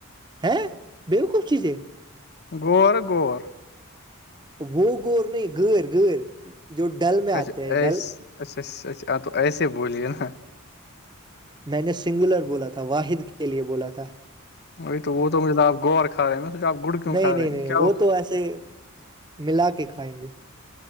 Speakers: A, on the right; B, on the left.
A: ہاں بیہ ک چز
B: غور غور
A: وہ گور نہیں گیر گر جو ڈل <unintelligible>
B: اچھا
A: ہیں
B: ایسے
A: ڈل
B: اچھا اچھا ہاں تو ایسے بولیے نا
A: میں نے سنگولر بولا تھا واحد کے لیے بولا تھا
B: وہی تو وہ تو مطلبپ گو اور کھاے میں سوچ آپ گڑ کیوں
A: نہیں
B: کھا
A: نہیں
B: رہے
A: نہیں
B: ہیں کیا
A: وہ تو ایسے ملا کے کھائیں گے